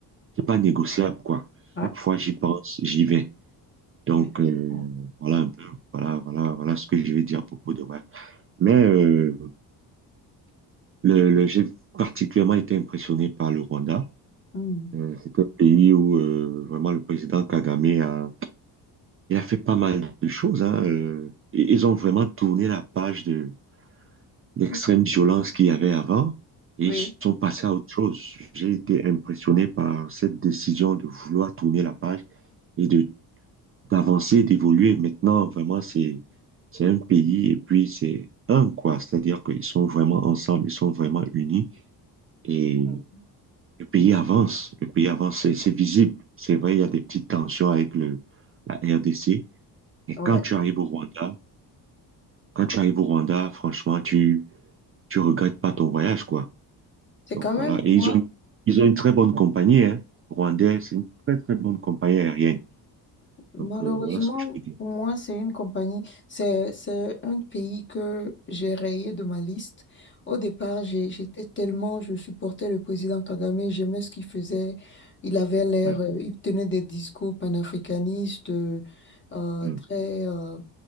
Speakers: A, on the right; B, on the left.
A: c'est pas négociable, quoi.
B: Ouais,
A: Chaque fois, j'y pense, j'y vais. Donc,
B: effectivement.
A: euh, voilà un peu, voilà, voilà, voilà ce que je vais dire à propos de moi. Mais euh, Le, le- j'ai particulièrement été impressionné par le Rwanda.
B: Mhm.
A: Euh, c'est un pays où euh, vraiment le président Kagame a, il a fait pas mal de choses. hein, euh, et ils ont vraiment tourné la page de l'extrême
B: Mhm.
A: violence qu'il y avait avant et
B: Oui.
A: ils sont passés à autre chose. J'ai été impressionné par cette décision de vouloir tourner la page et de d'avancer, d'évoluer. Maintenant, vraiment, c'est c'est un pays et puis c'est un quoi. C'est-à-dire qu'ils sont vraiment ensemble, ils sont vraiment unis et
B: Mhm.
A: Le pays avance, le pays avance, c'est c'est visible. C'est vrai, il y a des petites tensions avec le, la RDC. Et quand
B: Ouais.
A: tu arrives au Rwanda, quand tu arrives au Rwanda, franchement, tu tu regrettes pas ton voyage, quoi.
B: C'est
A: Donc
B: quand même
A: voilà. Et
B: moi.
A: ils ont, ils ont une très bonne compagnie, hein. Rwandais, c'est une très, très bonne compagnie aérienne.
B: Malheureusement,
A: Donc euh, voilà ce que je peux dire.
B: pour moi, c'est une compagnie, c'est, c'est un pays que j'ai rayé de ma liste. Au départ, j'ai- j'étais tellement, je supportais le président Kagame, j'aimais ce qu'il faisait. Il avait l'air,
A: Ouais,
B: euh, il tenait des discours panafricanistes, euh, euh,
A: ouais,
B: très euh,